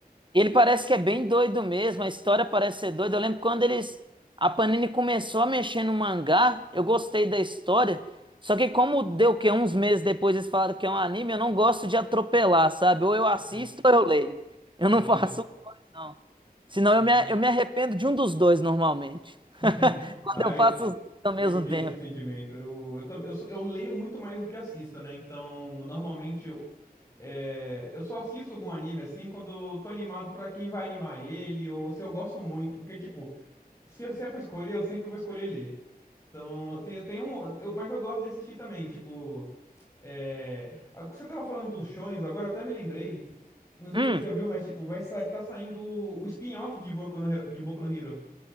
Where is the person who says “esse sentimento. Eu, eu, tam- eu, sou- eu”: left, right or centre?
Left